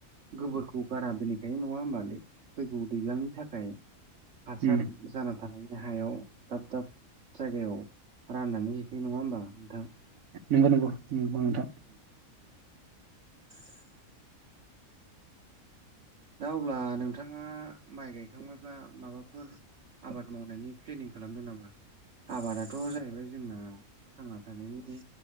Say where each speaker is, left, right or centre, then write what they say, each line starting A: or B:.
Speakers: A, on the right (about 60°); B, on the right (about 75°).
A: गोबोरखौ गारा दोनैखायो नङा होमबा आदै फैगौ दैजलांनि थाखाय हासार
B: उम
A: जाना थानायनि हायाव दाब दाब जायगायाव राननानै हैखायो नङा होमबा नोंथां
B: नंगौ नंगौ नंगौ नोंथां।
A: औ <unintelligible> दा अब्ला नोंथाङा माइ गायखां ङोब्ला माबाफोर आबाद मावनायनि प्लेनिं खालामदों नामा? आबादाथ' जाहैबाय जोंना थांना थानायनि जे